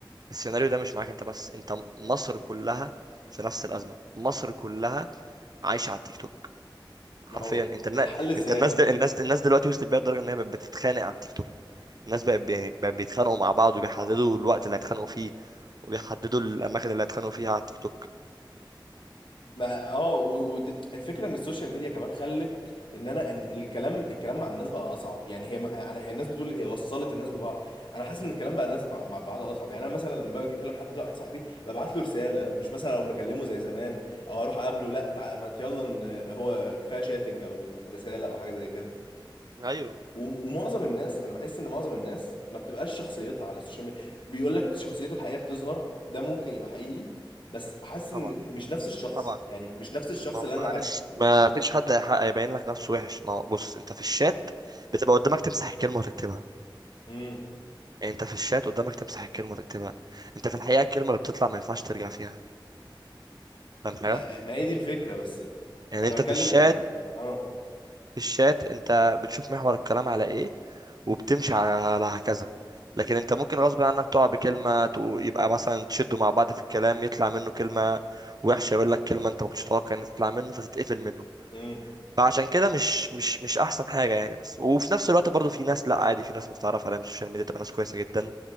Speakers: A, on the right (about 50°); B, on the left (about 70°).
A: السيناريو ده مش معاك انت بس انت م- مصر كلها في نفس الازمه مصر كلها عايشه على التيك توك حرفيا
B: ما هو
A: انت النا...
B: الحل ازاي
A: انت الناس دل... الناس الناس دلوقتي وصلت بيها لدرجه ان هي بقت بتتخانق على التيك توك الناس بقت بي- يعني بقت بيتخانقوا مع بعض وبيحددوا الوقت اللي هيتخانقوا فيه وبيحددوا الاماكن اللي هيتخانقوا فيها على التيك توك
B: ما اه والفكره ان السوشيال ميديا كمان خلت ان انا ان الكلام الكلام مع الناس بقى اصعب يعني هي ما- انا هي الناس بتقول هي وصلت الناس ببعض انا حاسس ان الكلام بقى الناس مع مع بعض اصعب يعني انا مثلا لما باجي اكلم حد واحد صاحبي ببعت له رساله مش مثلا لو مكلمه زي زمان او اروح اقابله لا تع... ما يلا إن هو كفايه شاتنج او رساله او حاجه زي كده
A: ايوه
B: و- ومعظم الناس انا بحس ان معظم الناس ما بتبقاش شخصيتها على السوشيال ميديا بيقول لك شخصيته الحقيقيه بتظهر ده ممكن يبقى حقيقي بس حاسس ان
A: طبعا
B: مش نفس الشخص
A: طبعا
B: يعني مش نفس الشخص
A: ما هو
B: اللي
A: معلش
B: انا عارفه
A: ما فيش حد هيحقق- هيبين لك نفسه وحش ما هو بص انت في الشات بتبقى قدامك تمسح الكلمه وتكتبها
B: امم
A: يعني انت في الشات قدامك تمسح الكلمه وتكتبها انت في الحقيقه الكلمه اللي بتطلع ما ينفعش ترجع فيها فاهم حاجه
B: ما ما هي دي الفكره بس
A: يعني
B: انا
A: انت
B: بتكلم
A: في الشات
B: اه
A: في الشات انت بتشوف محور الكلام على ايه وبتمشي على على هكذا لكن انت ممكن غصب عنك تقع بكلمه تقو- يبقى مثلا تشدوا مع بعض في الكلام يطلع منه كلمه وحشه يقول لك كلمه انت ما كنتش تتوقع ان تطلع منه فتتقفل منه
B: امم
A: فعشان كده مش مش مش احسن حاجه يعني بس وفي نفس الوقت برضو في ناس لا عادي في ناس متعرف عليها من السوشيال ميديا تبقى ناس كويسه جدا